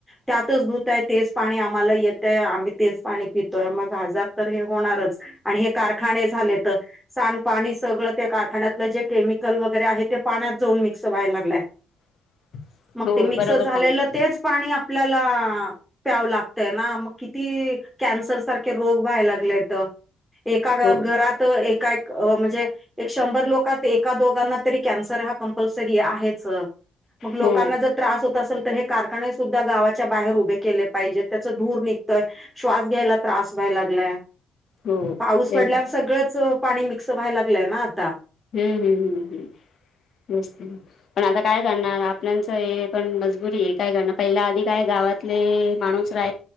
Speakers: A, in the centre; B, on the left.
A: त्यातच धुताय तेच पाणी आम्हाला येतंय आम्ही तेच पाणी पितोय मग आजार. तर हे होणारच आणि हे कारखाने झाले त. सांडपाणी सगळं त्या कारखान्यातलं जे केमिकल वगैरे आहे ते पाण्यात जाऊन मिक्स व्हायला लागलंय.
B: <inaudible>
A: मग
B: हो
A: ते मिक्सर
B: बरोबर
A: झालेल
B: सांगितलं
A: तेच. पाणी आपल्याला प्यावं लागतय ना मग किती कॅन्सर सारखे रोग. व्हायला लागल्यात एका घ
B: हो
A: घरात एका म्हणजे. एक शंभर लोकात एका दोघांना तरी कॅन्सर हा कंपल्सरी आहेच. मग लोकांना
B: हो
A: जर त्रास होत असेल. तर हे कारखाने सुद्धा गावाच्या बाहेर उभे केले पाहिजे त्याचं धूर निघतोय. श्वास घ्यायला त्रास व्हाय गलय
B: हो
A: पाऊस
B: ते
A: पडल्यावर सगळंच पाणी मिक्स व्हायला लागलंय ना आता.
B: हम्म हम्म हम्म हम्म तेच ते. पण आता काय करणार आपल्याचं हे पण मजबुरी आहे काय करणार पहिल आधी काय गावात. तिथले माणूस रा